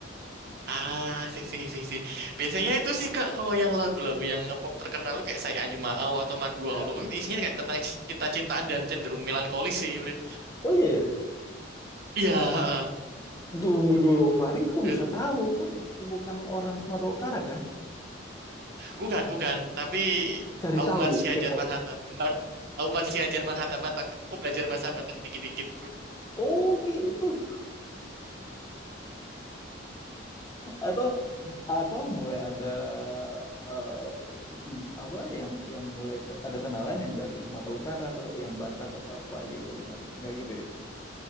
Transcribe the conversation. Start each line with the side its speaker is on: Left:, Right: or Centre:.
Right: Ah, sih, sih, sih, sih. Biasanya itu sih, Kak, kalau yang lagu-lagu yang ngepop terkenal lu kayak Say Anju Maau atau Mark Dua
Left: Ya,
Right: Hollow, itu isinya kayak tentang cinta-cintaan dan cenderung melankolis sih. Bre.
Left: Oh iya ya.
Right: Iya, heeh.
Left: Tunggu dulu, Fahri kok
Right: Eh,
Left: bisa tahu? Kan bukan orang Sumatera Utara kan?
Right: bukan, bukan. Tapi
Left: Cari
Right: Aumar
Left: tahu,
Right: Siajar
Left: kepo.
Right: Marhata, Mar, Aumar Siajar Marhata Batak. Aku belajar bahasa Batak dikit-dikit.
Left: Oh gitu. Atau atau mulai ada eh, apa yang yang mulai ke- ada kenalan yang dari Sumatera Utara atau yang Batak atau apa gitu loh, Fahri. Nggak gitu ya?